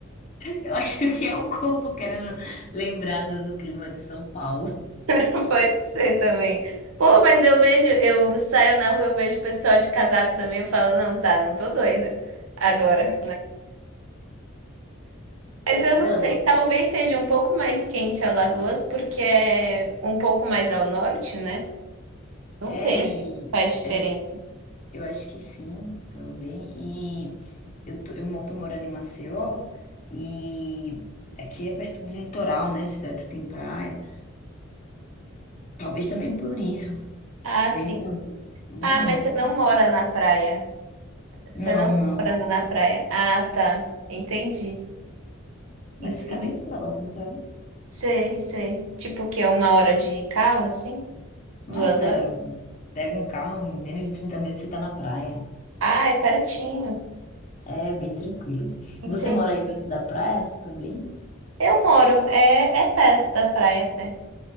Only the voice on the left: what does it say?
Eu acho que é o corpo querendo lembrar do, do clima de São Paulo.
Não,
é,
e
é, eu acho que sim também. E eu tô, eu mo- tô morando em Maceió e aqui é perto do litoral, né? Cidade que tem praia. Talvez também por isso.
Vem. Hum,
Não,
não.
Mas
fica bem próximo, sabe?
Nada,
pega um carro, em menos de 30 minutos você tá na praia.
É bem tranquilo.
Você mora aí perto da praia também?